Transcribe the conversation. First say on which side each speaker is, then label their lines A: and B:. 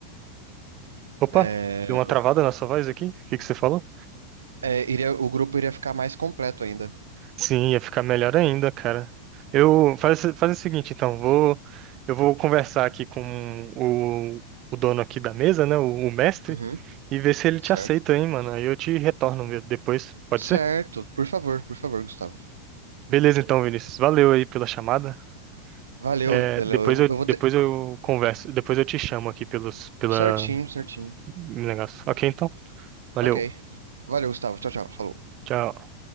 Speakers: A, on the right; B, on the right.
A: Opa,
B: é,
A: deu uma travada na sua voz aqui? O que que você falou?
B: é, iria, o grupo iria ficar mais completo ainda.
A: Sim, ia ficar melhor ainda, cara. Eu faz, faz o seguinte, então, vou eu vou conversar aqui com o, o dono aqui da mesa, né? O, o mestre,
B: Uhum,
A: e ver se ele te
B: certo.
A: aceita, hein, mano. Aí eu te retorno depois, pode ser?
B: Certo. Por favor, por favor, Gustavo.
A: Beleza, então, Vinícius. Valeu aí pela chamada.
B: Valeu,
A: É,
B: valeu.
A: depois
B: Eu,
A: eu,
B: eu vou
A: depois
B: ter
A: eu converso, depois eu te chamo aqui pelos, pela
B: certinho, certinho.
A: negócio. Ok, então. Valeu.
B: Ok. Valeu, Gustavo. Tchau, tchau. Falou.
A: Tchau.